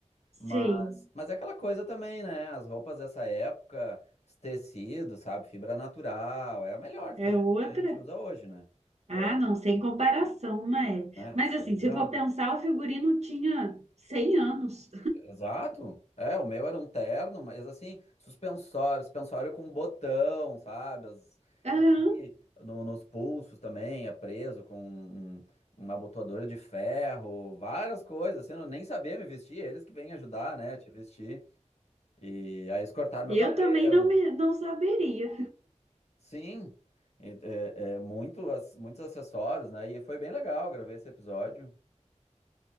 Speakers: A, on the right; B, on the left.
A: sei.
B: Mas, mas é aquela coisa também, né? As roupas dessa época, os tecidos, sabe? Fibra natural, é melhor do
A: É
B: que as roupas
A: outra?
B: que a gente usa hoje, né? Então,
A: Ah, não, sem comparação, né?
B: né?
A: Mas
B: As coisas
A: assim,
B: duravam.
A: se for pensar, o figurino tinha 100 anos.
B: Exato. É, o meu era um terno, mas assim, suspensório, suspensório com botão, sabe? As-
A: Aham.
B: aqui no- nos pulsos também, é preso com um- uma abotoadora de ferro, várias coisas, assim, eu nem sabia me vestir, eles que vêm ajudar, né? a Te vestir. E aí eles cortaram meu
A: Eu
B: cabelo,
A: também não, me, não saberia.
B: Sim, e- é, é muito, ac- muitos acessórios, né? E foi bem legal, gravei esse episódio.